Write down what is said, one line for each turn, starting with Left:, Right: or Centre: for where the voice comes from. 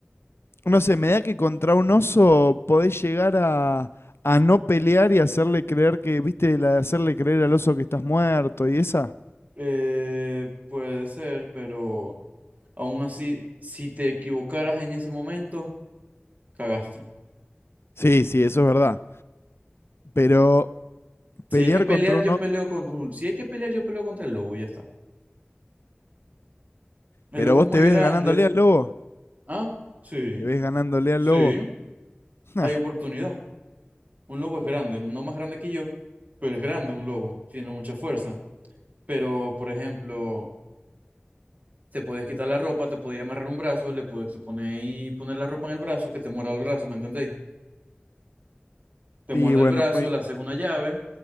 Left: No sé, me da que contra un oso podés llegar a, a no pelear y hacerle creer que, viste, la de hacerle creer al oso que estás muerto y esa.
Right: Eh, puede ser, pero aún así, si te equivocaras en ese momento, cagaste.
Left: Sí, sí, eso es verdad. Pero
Right: Si
Left: pelear
Right: hay que pelear,
Left: contra un
Right: yo
Left: oso...
Right: peleo contra un... Si hay que pelear, yo peleo contra el lobo y ya está. El
Left: Pero
Right: lobo
Left: vos
Right: es muy
Left: te
Right: grande.
Left: ves ganándole al lobo.
Right: Ah, sí,
Left: ¿Te ves ganándole al
Right: sí,
Left: lobo?
Right: hay
Left: <laughs>
Right: oportunidad. Un lobo es grande, no más grande que yo, pero es grande un lobo, tiene mucha fuerza. Pero, por ejemplo, te puedes quitar la ropa, te podía amarrar un brazo, le puedes te poner, y poner la ropa en el brazo, que te muerda el brazo, ¿me entendéis? Te muerde
Left: Y bueno,
Right: el brazo,
Left: muy,
Right: le haces una llave,